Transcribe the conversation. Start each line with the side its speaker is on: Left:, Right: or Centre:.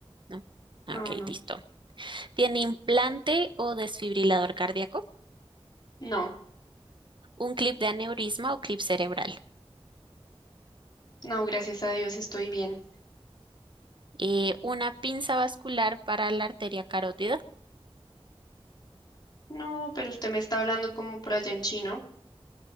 Right: ¿no?
Left: no,
Right: Ok,
Left: no.
Right: listo. ¿Tiene implante o desfibrilador cardíaco?
Left: No,
Right: ¿Un clip de aneurisma o clip cerebral?
Left: no, gracias a Dios estoy bien.
Right: eh, una pinza vascular para la arteria carótida.
Left: No, pero usted me está hablando como por allá en chino.